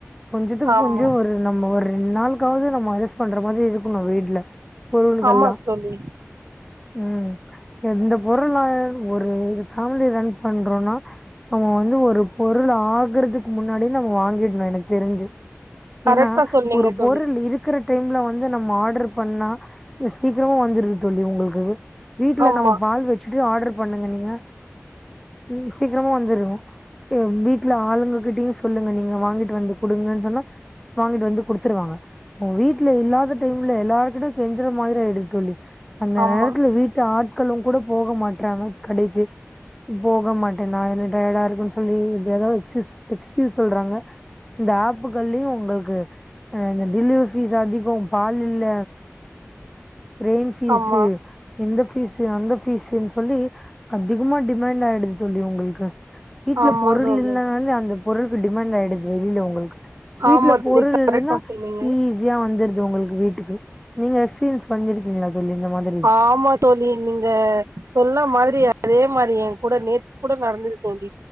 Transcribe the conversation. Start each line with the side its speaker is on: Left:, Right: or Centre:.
Centre: கொஞ்சத்துக்கு
Right: ஆமா
Centre: கொஞ்சோ ஒரு நம்ம ஒரு ரெண்டு நாளுக்காவது நம்ம அட்ஜஸ்ட் பண்ற மாதிரி இருக்கணு வீட்ல பொருள்கள்லா
Right: ஆமா தோழி
Centre: ம் எந்த பொருளா ஒரு ஃபேமிலி ரன் பண்றோனா நம்ம வந்து ஒரு பொருள் ஆகுறதுக்கு முன்னாடி நம்ம வாங்கிட் னு எனக்கு தெரிஞ்சு
Right: கரெக்டா
Centre: ஏன்னா
Right: சொன்னீங்க
Centre: ஒரு
Right: தோழி
Centre: பொருள் இருக் குற டைம்ல வந்து நம்ம ஆடர் பண்ணா சீக்கரமா வந்துருது தோழி உங்களுக்கு வீட்ல
Right: ஆமா
Centre: நம்ம பால் வச்சுட்டு ஆர்டர் பண்ணுங்க நீங்க ம் சீக்கிரமா வந்துரு, எ வீட்ல ஆளுங்க கிட்டயு சொல்லுங்க நீங்க வாங்கிட்டு வந்து குடுங்கன்னு சொன்னா வாங்கிட்டு வந்து குடுத் துருவாங்க அவங்க வீட்ல இல்லாத டைம்ல எல்லாருக்கிட்டயு கெஞ்சிற மாதிரி ஆயிடுது தோழி அந்த
Right: ஆமா
Centre: நேரத்துல வீட்டு ஆட்களு கூட போக மாட்றாங்க கடைக்கு போக மாட் டே நா எனக்கு டயடா இருக்குன்னு சொல்லி எது ஏதோ எக்ஸ் எக்ஸ்க்யூஸ் சொல்றாங்க இந்த ஆப்புகள்லயு உங்களுக்கு அ இந்த டிலிவரி ஃபீஸ் அதிகோ பால் இல்ல ரெயின் ஃபீஸு
Right: ஆமா
Centre: இந்த ஃபீஸ்ஸு அந்த ஃபீஸ்ஸுன்னு சொல்லி அதிகமா டிமாண்ட் ஆயிடுது தோழி உங்களுக்கு அ வீட்ல
Right: ஆமா
Centre: பொருள்
Right: தோழி
Centre: இல்லனாலே அந்த பொருள்க்கு டிமாண்ட் ஆயிடுது வெளில உங்களுக்கு வீட்ல
Right: ஆமா தோழி
Centre: பொருள்
Right: கரெக்டா
Centre: இருந்தா
Right: சொன்னீங்க
Centre: ஈ ஸியா வந்துருது உங்களுக்கு வீட்டுக்கு நீங்க எக்ஸ்பீரியன்ஸ் பண்ணிருக்கீங்ளா தோழி இந்த மாதிரி
Right: ஆமா தோழி நீங்க சொன்ன மாரி அதே மாரி எங்கூட நேத்து கூட நடந்துது தோழி